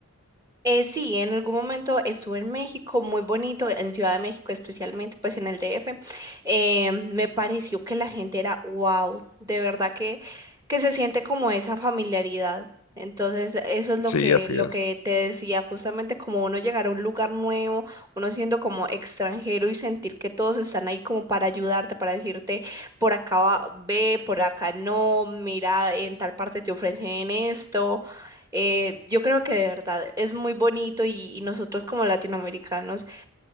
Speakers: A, on the right; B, on the left.
A: Eh, sí, en algún momento estuve en México, muy bonito, en Ciudad de México, especialmente pues en el DF. Eh, me pareció que la gente era wow, de verdad que, que se siente como esa familiaridad. Entonces, eso es lo
B: Sí,
A: que,
B: así
A: lo
B: es.
A: que te decía, justamente como uno llegar a un lugar nuevo, uno siendo como extranjero y sentir que todos están ahí como para ayudarte, para decirte, por acá va- ve, por acá no, mira, en tal parte te ofrecen esto. Eh, yo creo que de verdad es muy bonito y, y nosotros como latinoamericanos